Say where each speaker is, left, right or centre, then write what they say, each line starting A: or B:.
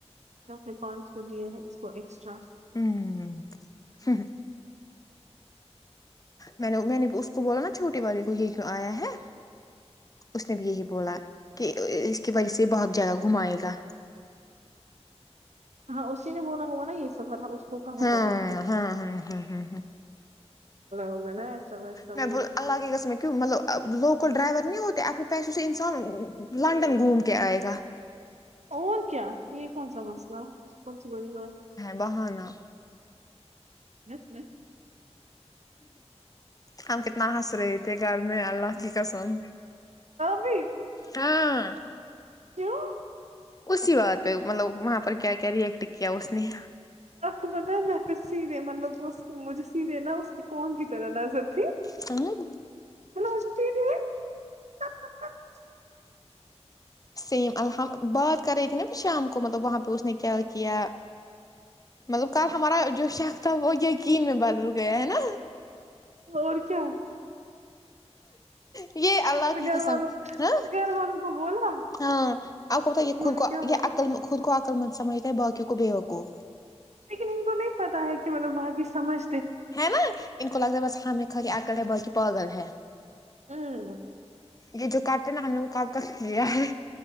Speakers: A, on the right; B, on the left.
A: بھی دیے ہیں اس کو ایکسٹرا <unintelligible>
B: ہوں ہ میں نے میں نے اس کو بولا نا چھوٹے والے کو یہ کیوں آیا ہے اس نے بھی یہی بولا کہ اس کی وجہ سے بہت جگہ گھمائے گا
A: ہاں اسی نے بولا ہوگا نا یہ سب مطلب اس کو کہاں
B: ہاں
A: پتا ا
B: ہاں ہاں ہاں ہاں
A: ہوگا نا سمج س <unintelligible>
B: میں بول اللہ کی قسم میں کیوں مطلب لوکل ڈرائیور نہیں ہوتے اپنے پیسوں سے انسان لنڈن گھوم کے آئے گا
A: اور کیا یہ کون سا مسئلہ کونسی بڑی بات ہے
B: بہانہ
A: بس
B: ہم کتنا ہنس رہے تھے گھر میں اللہ کی قسم
A: بھی
B: ہاں
A: کیوں
B: اسی بات پہ مطلب وہاں پر کیا کیا ری ایکیکٹ کیا اس نے
A: آپ کو پتہ ہے میں پھر سیدھے مطلب مجھے سیدھے نا اس کی فون کی طرح نظر تھی
B: ہاں
A: ہلو جی جی ٹھیک <unintelligible>
B: سیم الحم بات کر رہی تھی نا پھر شام کو مطلب وہاں پہ اس نے کیا کیا مطلب کل ہمارا جو شک تھا وہ یقین میں بدل گیا ہے نا
A: اور کیا
B: یہ اللہ
A: پر
B: کی
A: گھر
B: قسم
A: والوں
B: ہاں
A: پر گھر والوں کو بولا
B: ہاں آ خود
A: انہوں
B: یہ خود
A: نے
B: کو
A: کیا بولا
B: یہ عقل مند خود کو عقل مند سمجھتا ہے بقیوں کو بیوقوف
A: لیکن ان کو نہیں پتا ہے کہ مطلب باقی سمجھ
B: ہے نا ان کو لگتا ہے بس ہمیں کری عقل ہے باقی پگل ہے
A: ہوں
B: یہ جو کرتے ہیں نا ہم نے وہ کب کا کرلیا ہے